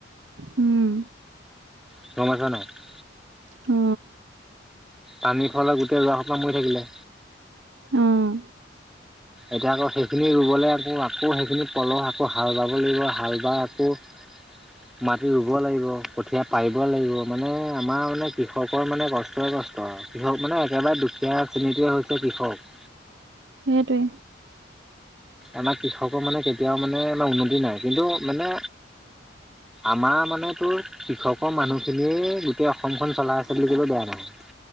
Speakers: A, on the right; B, in the centre.
A: উম।
B: <unintelligible>
A: অ।
B: পানী খোৱালাই গোটেই ৰুৱা সোপাহ মৰি থাকিলে।
A: উম।
B: এতিয়া আকৌ সেইখিনি ৰুবলৈ আকৌ আকৌ সেইখিনি পলহ আকৌ হাল বাব লাগিব, হাল বাই আকৌ <inaudible> মাটি ৰুব লাগিব, কঠীয়া পাৰিব লাগিব, মানে আমাৰ মানে কৃষকৰ মানে কষ্টই কষ্ট আৰু। কৃষক মানে একেবাৰে দুখীয়া শ্ৰেণীটোৱে হৈছে কৃষক।
A: সেইটোৱে।
B: আমাৰ কৃষকৰ মানে কেতিয়াও মানে উন্নতি নাই, কিন্তু মানে আমাৰ মানে তোৰ কৃষকৰ মানুহখিনিয়ে গোটেই অসমখন চলাই আছে বুলি ক'লে বেয়া নহয়।